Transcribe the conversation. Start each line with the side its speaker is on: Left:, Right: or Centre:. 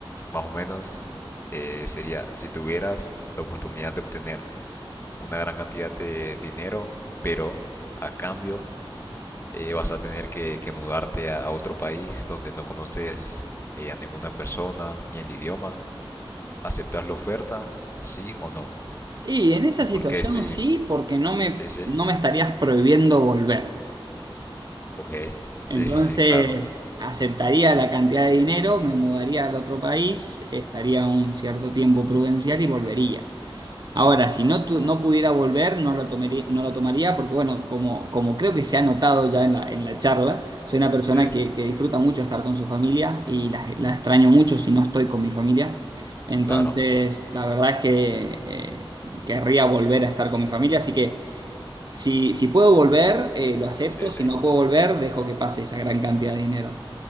Left: más o menos eh, sería, si tuvieras la oportunidad de obtener una gran cantidad de dinero, pero a cambio eh, vas a tener que, que mudarte a, a otro país donde no conoces eh, a ninguna persona ni el idioma, ¿aceptas la oferta? ¿Sí o no?
Right: Y en esa
Left: ¿Y
Right: situación
Left: por qué sí?
Right: sí, porque no me,
Left: Sí, sí.
Right: no me estarías prohibiendo volver.
Left: Ok, sí,
Right: Entonces
Left: sí, sí, claro.
Right: aceptaría la cantidad de dinero, me mudaría al otro país, estaría un cierto tiempo prudencial y volvería. Ahora, si no, tu- no pudiera volver, no lo tomaría, no
Left: Ujú.
Right: lo tomaría porque, bueno, como, como creo que se ha notado ya en la, en la charla, soy una persona
Left: Sí,
Right: que, que disfruta mucho estar con su familia y la, la extraño mucho si no estoy con mi familia. Entonces,
Left: claro.
Right: la verdad es que eh, querría volver a estar con mi familia, así que si, si puedo volver, eh, lo acepto,
Left: Sí,
Right: si
Left: sí.
Right: no puedo volver, dejo que pase esa gran cantidad de dinero.